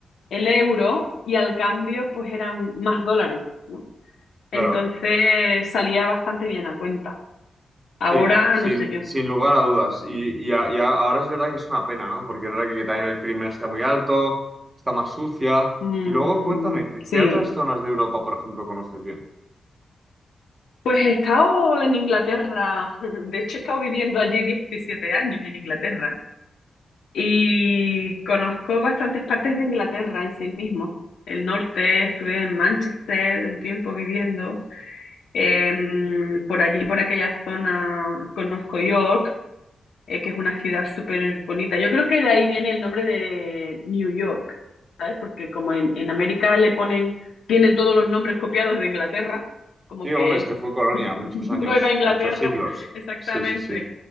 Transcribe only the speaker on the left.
el euro y al cambio pues eran más dólares, ¿no?
Entonces salía bastante bien a cuenta. Ahora
no sé yo.
Mm,
sí,
Pues he estado en Inglaterra, <laughs> de hecho he estado viviendo allí 17 años en Inglaterra y conozco bastantes partes de Inglaterra en sí mismo. El norte, estuve en Manchester un tiempo viviendo, em, por allí, por aquella zona, conozco York, eh, que es una ciudad súper bonita. Yo creo que de ahí viene el nombre de New York, ¿sabes? Porque como en, en América le ponen, tienen todos los nombres copiados de Inglaterra, como
que
es...
Nueva Inglaterra,
exactamente.